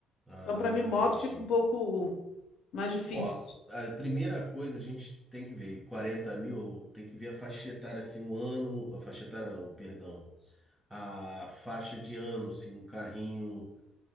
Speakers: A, in the centre; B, on the left (about 60°).
A: Ah,
B: Então, para mim, moto
A: entendi.
B: fica um pouco mais difícil.
A: Ó, a primeira coisa a gente tem que ver, 40 mil, tem que ver a faixa etária, assim, o ano, a faixa etária não, perdão, a faixa de ano, assim, um carrinho